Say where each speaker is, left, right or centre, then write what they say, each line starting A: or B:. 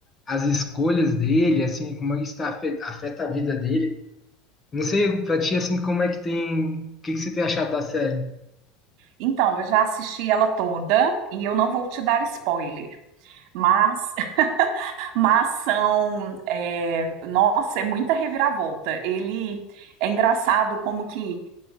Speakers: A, on the left (about 20°); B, on the right (about 65°).
A: as escolhas dele, assim, como isso tá afeta, afeta a vida dele. Não sei pra ti, assim, como é que tem. O que que você tem achado da série?
B: Então, eu já assisti ela toda e eu não vou te dar spoiler, mas, <laughs> mas são, é, nossa, é muita reviravolta. Ele é engraçado como que